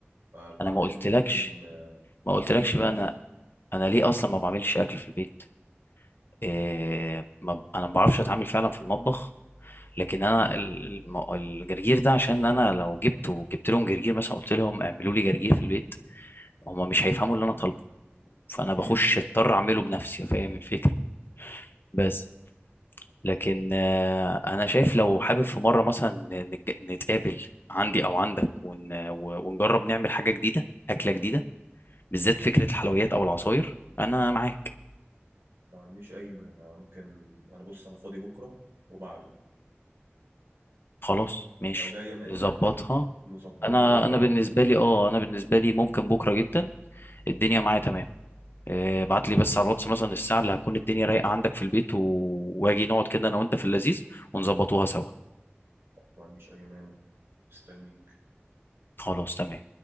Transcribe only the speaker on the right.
فبعمل
ممكن آه،
بعمل
فراخ
اكيد
ما عنديش اي مانع ممكن انا بص انا فاضي بكره وبعده
لو جايه منك
نظبطه
كده اه
ما عنديش اي مانع مستنيك